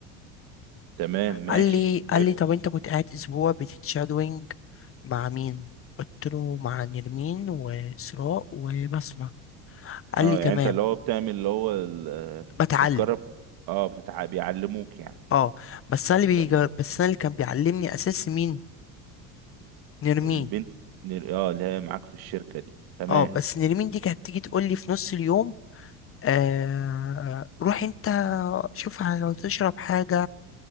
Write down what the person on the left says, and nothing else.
قال لي قال
لي طب انت كنت قاعد اسبوع بتتشادوينج مع مين قلت له مع نرمين واسراء وبسمة قال
لي تمام
بتعلم
اه بس انا اللي
بيجر... بس انا اللي كان بيعلمني اساس مين نرمين
اه بس نرمين دي كانت تيجي تقول لي في نص اليوم آه... روح انت شوف لو تشرب حاجة